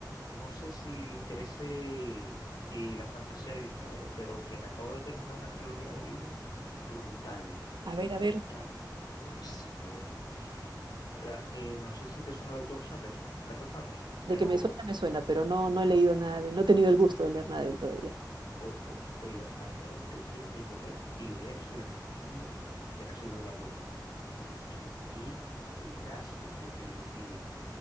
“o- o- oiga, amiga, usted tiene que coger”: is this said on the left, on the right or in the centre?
Left